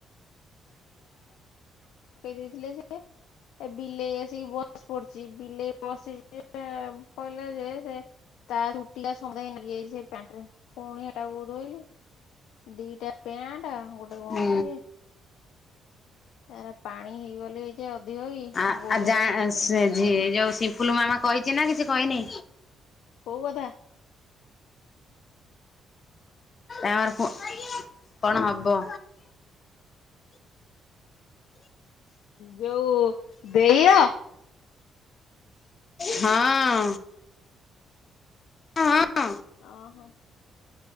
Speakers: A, on the left; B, on the left.
A: ଦେଇଥିଲେ ଯେ ଏ ବିଲେଇ ଆସିକି ବସ ପଡିଛି ବିଲେଇ ବସିଛି ପହିଲା ଯେ ସେ ତା ଚୁଟିଆ ସନ୍ଧ୍ୟା ନେଇକି ଯାଇଛି ସେ ପ୍ୟାଣ୍ଟ ରେ ପୁଣି ଟା କ ଧୋଇଲି ଦିଟା ପ୍ୟାଣ୍ଟ ଆଉ ଗୋଟେ ଗଞ୍ଜି
B: ହୁଁ।
A: ଏ ପାଣି ହେଇଗଲେ ଯେ ଅଧିକ କି
B: ଆ
A: ଗୋଡ
B: ଯା
A: ଗୁରା ଖାଲି ବିନ୍ଧିଲା
B: ସେ ଯଉ ଫୁଲ ମାମା କହିଛି ନା କିଛି କହିନି
A: କଉ କଥାେ
B: ଆମର କଣ ହବ
A: ଯୋଉ ଦେଇୟ
B: ହଁ। ହଁ।
A: ଓହୋ।